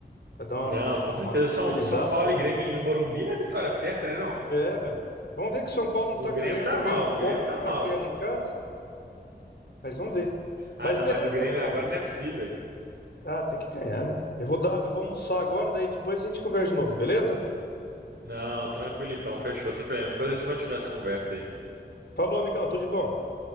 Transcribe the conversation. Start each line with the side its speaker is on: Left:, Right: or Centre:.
Left: pra dar
Right: Não,
Left: uma
Right: com certeza. São,
Left: tranquilizada
Right: São Paulo
Left: ali.
Right: e Grêmio no Morumbi é a vitória certa, né, não?
Left: É, mas vamos ver que o São Paulo não
Right: O
Left: tá
Right: Grêmio
Left: ganhando,
Right: tá
Left: tá ganhando
Right: mal, o Grêmio
Left: fora, não
Right: tá
Left: tá
Right: mal.
Left: ganhando em casa, mas vamos ver.
Right: Ah,
Left: Mas
Right: não,
Left: beleza,
Right: mas do
Left: então,
Right: Grêmio
Left: amigão.
Right: agora não é possível.
Left: Ah, tem que ganhar, né? Eu vou dar, eu vou almoçar agora, daí depois a gente conversa de novo, beleza?
Right: Não, tranquilo então, fechou, sem problema. Depois a gente continua essa conversa aí.
Left: Falou, amigão, tudo de bom.